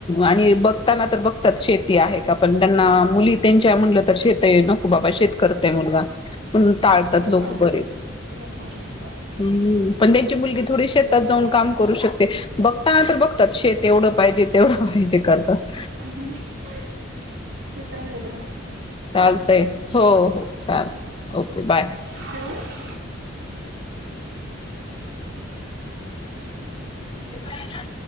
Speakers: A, on the left (about 25°); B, on the right (about 65°).
A: आणि बघताना तर बघतात शेती आहे का पण त्यांना मुली त्यांच्या म्हणलं तर शेत आहे नको बाबा शेत करतयं मुलगा पण टाळतात
B: हो
A: लोकं
B: ना
A: बरेच
B: नको अम्
A: हम्म त्यांची मुलगी थोडी शेतात
B: आहे.
A: जाऊन काम करू शकते बघतांना तर बघतात शेत एवढं पाहिजे तेवढं पाहिजे करतात
B: हू हू हू आ,,, ते तर हाय बघ
A: चालतंय हो हो चाल ओके बाय
B: हो
A: दीसायला